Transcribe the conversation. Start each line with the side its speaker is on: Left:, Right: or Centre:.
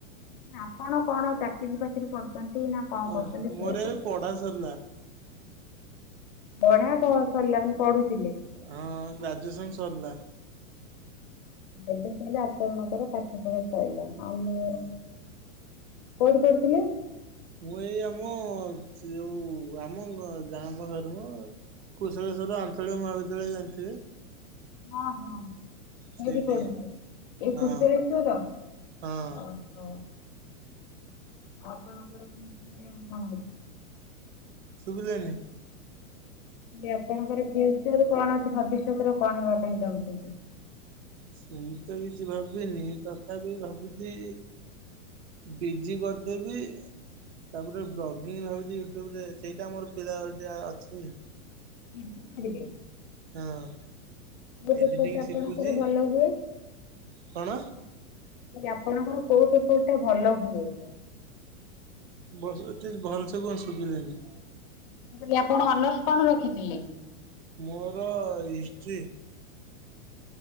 Left: ଆପଣ କଣ ଚାକିରୀ ବାକିରିୀ କରୁଚନ୍ତି ନା କଣ
Right: ଓ
Left: କରୁଚନ୍ତି
Right: ମୋର
Left: ସେଇଆ
Right: ଏବେ
Left: ପଚା
Right: ପଢା ସରିଲା
Left: ପଢା ସ ସରିଲା ମାନେ ପଢୁଥିଲେ?
Right: ହଁଅଁ ଗ୍ରାଜୁଏସନ ସରିଲା।
Left: ଏବେ ତାହଲେ ଆପଣଙ୍କର ପାଠ ପଢା ସଇଲା ଆ ମୁଁ
Right: ହଁ।
Left: କୋଉଠି କରୁଥିଲେ?
Right: ମୁଁ ଏଇ ଆମ ଯୋଉ ଆମ ଗାଁ ପାଖରେ ମ କୁଶଳେଶ୍ୱର ଆଞ୍ଚଳିକ ମହାବିଦ୍ୟାଳୟ ଜାଣିଥିବେ?
Left: ହଁ ହଁ
Right: ସେଇଠି
Left: ଏଇଠି ପଢୁଥିଲେ ଏଇ
Right: ହଁ
Left: କୁଶଳେଶ୍ୱର
Right: ହଁ।
Left: ଓ ହଁ। ଆଉ ଆପଣଙ୍କର ଫ୍ୟୁଚର ରେ ଏମ୍ କଣ ଅଛି?
Right: ଶୁଭିଲାନି
Left: ଆପଣଙ୍କର ଫ୍ୟୁଚର କଣ ଅଛି ଭବିଷ୍ୟତରେ କଣ ହେବା ପାଇଁ ଚାହୁଁଛନ୍ତି?
Right: ସେମିତି ତ କିଛି ଭାବିନି ତଥାପି ଭାବୁଚି ପିଜି କରିଦେବି। ତାପରେ ବ୍ଲଗିଙ୍ଗ ଭାବୁଛି ୟୁଟ୍ୟୁବ ରେ ସେଇଟା ଆମର ପିଲା ଟେ ଅଛି
Left: <unintelligible>
Right: ହଁ।
Left: କୋଉ
Right: ଏଡିଟିଂ
Left: ପେପର୍ ଟା ଆପଣଙ୍କର
Right: ଶିଖୁଛି
Left: ଭଲ ହୁଏ?
Right: କଣ?
Left: ମୁଁ କହିଲି ଆପଣଙ୍କର କୋଉ ପେପର ଟା ଭଲ ହୁଏ?
Right: ବସ ଏତ ଭଲସେ କଣ ଶୁଭିଲାନି।
Left: ମୁ କହିଲି ଆପଣ ଅନର୍ସ କଣ ରଖିଥିଲେ?
Right: ମୋର ହିଷ୍ଟ୍ରି।